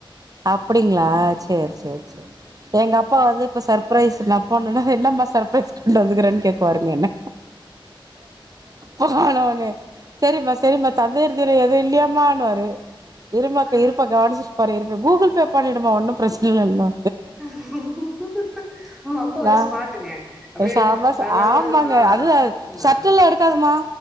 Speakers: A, on the right; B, in the centre.
A: அப்படிங்களா செரி செரி செரி எங்க அப்பா வந்து இப்ப சர்ப்ரைஸ் நா போனும்னா என்னம்மா சர்ப்ரைஸ் கொண்டு வந்துக்கறேனு கேக்குவாருங்க என்ன போன உனே சரிம்மா சரிம்மா தந்தையர் தின எது இல்லையாமானுவாரு இருமா
B: ஆ
A: இருப்பா கவனிச்சிட்டு போறே இப்ப கூகுள் பே பண்ணிடுமா ஒன்னு பிரச்சன இல்லன்பா
B: <inaudible> அப்பா ஒரே
A: ல
B: ஸ்மார்ட்டுங்க அப்டியே
A: செம
B: அதனாலதாங்க
A: ஆமாங்க
B: ஆ
A: அதுதான் ஷர்ட்ல்லாம்
B: ஆ
A: எடுக்காதமா